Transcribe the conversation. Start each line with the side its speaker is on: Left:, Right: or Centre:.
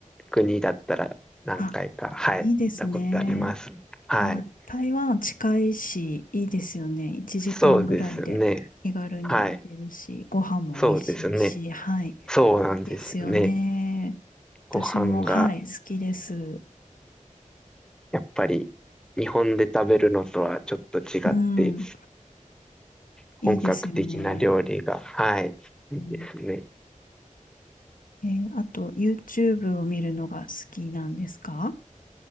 Centre: 国だったら何回か、
Left: あ、
Centre: はい、
Left: いいですね。
Centre: 行ったことあります。はい。
Left: はい、台湾近いし、いいですよね。1時間ぐらいで気軽に行けるし、
Centre: そうですね。はい。
Left: ご飯も美味しいし、
Centre: そうですね。
Left: はい、
Centre: そうなんですよね。
Left: ですよね。
Centre: ご飯が
Left: 私も、はい、好きです。
Centre: やっぱり日本で食べるのとはちょっと違って
Left: うん、
Centre: 本格的な料理が、
Left: いいですよね。
Centre: はい、いいですね。
Left: うん、えーあと、YouTube を見るのが好きなんですか